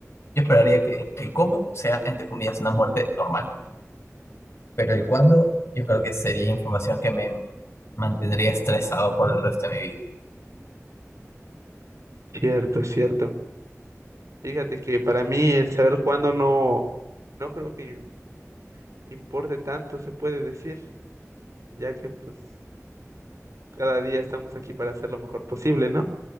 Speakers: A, on the left (about 50°); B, on the right (about 70°).
A: Yo esperaría que el cómo sea, entre comillas, una muerte normal, pero el cuándo yo creo que sería información que me mantendría estresado por el resto de mi vida.
B: Cierto, cierto. Fíjate que para mí el saber cuándo no, no creo que im- importe tanto, se puede decir, ya que pues cada día estamos aquí para hacer lo mejor posible, ¿no?